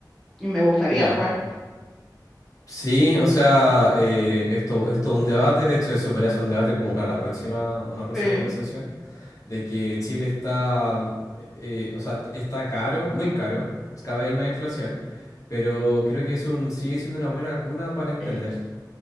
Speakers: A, in the centre; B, on the left.
A: Y me gustaría,
B: Ya.
A: pues.
B: Sí, o sea, eh, esto, esto es un debate, de hecho eso podría ser un debate como para la próxima, una próxima
A: Sí,
B: conversación, de que Chile está, eh, o sea, est- está caro, muy caro, cada vez hay más inflación, pero creo que es un, sigue siendo una buena cuna para emprender.
A: eso